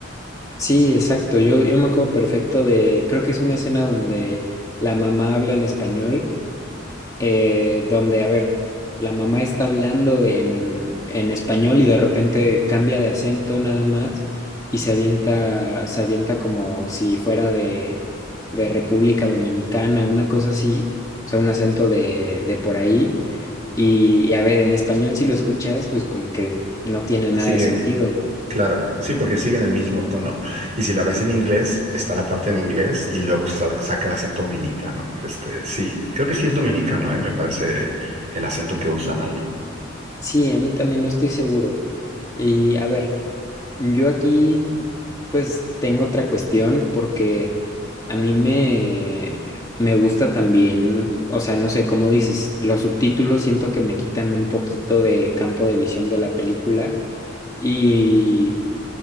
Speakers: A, on the left; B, on the right.
A: Sí, exacto. Yo, yo me acuerdo perfecto de, creo que es una escena donde la mamá habla en español eh, donde, a ver, la mamá está hablando en, en español y de repente cambia de acento nada más y se avienta, se avienta como si fuera de, de República Dominicana, una cosa así, o sea, un acento de, de por ahí. Y, y a ver, en español si lo escuchas, pues como que no tiene
B: Sigue,
A: nada de sentido.
B: claro, sí, porque siguen el mismo tono. Y si la ves en inglés, está la parte en inglés y luego sal- saca el acento dominicano. Este, sí, creo que sí es dominicano, ¿eh? Me parece el acento que usan ahí.
A: Sí, a mí también no estoy seguro. Y a ver, yo aquí Pues tengo otra cuestión porque a mí me, me gusta también, o sea, no sé cómo dices, los subtítulos siento que me quitan un poquito de campo de visión de la película y